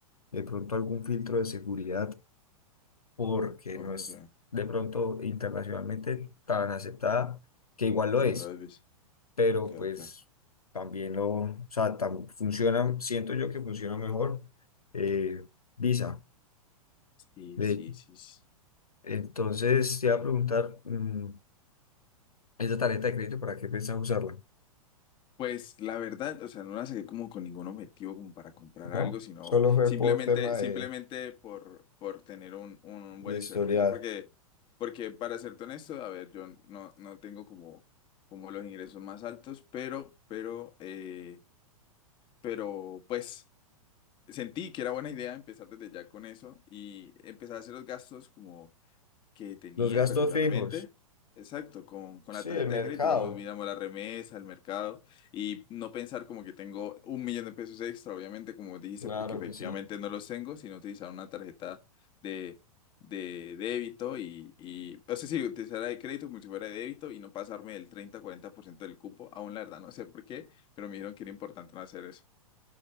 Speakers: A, on the left; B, on the left.
A: de pronto algún filtro de seguridad porque
B: ok.
A: no es de pronto internacionalmente tan aceptada, que igual lo
B: Como
A: es,
B: lo ves.
A: pero
B: Ok,
A: pues
B: ok.
A: también lo, o sea, tam- funciona, siento yo que funciona mejor eh, Visa.
B: Sí,
A: De,
B: sí, sí. sí.
A: entonces, te iba a preguntar, mm, ¿esa tarjeta de crédito para qué piensas usarla?
B: Pues la verdad, o sea, no la saqué como con ningún objetivo como para comprar
A: No,
B: algo, sino
A: solo fue
B: simplemente,
A: por tema
B: simplemente
A: de,
B: por, por tener un, un
A: de
B: buen
A: historial.
B: historial crédito, porque, porque para serte honesto, a ver, yo no, no tengo como, como los ingresos más altos, pero, pero, eh, pero pues sentí que era buena idea empezar desde ya con eso y empezar a hacer los gastos que tenía
A: Los gastos
B: regularmente.
A: fijos.
B: Exacto, con, con
A: Sí,
B: la tarjeta
A: el mercado,
B: de crédito, digamos, miramos la remesa, el mercado y no pensar como que tengo un millón de pesos extra, obviamente, como dijiste,
A: claro
B: porque efectivamente
A: que sí.
B: no los tengo, sino utilizar una tarjeta de, de débito y, y, o sea, sí, utilizar la de crédito como si fuera de débito y no pasarme del treinta-cuarenta por ciento del cupo, aún la verdad, no sé por qué, pero me dijeron que era importante no hacer eso.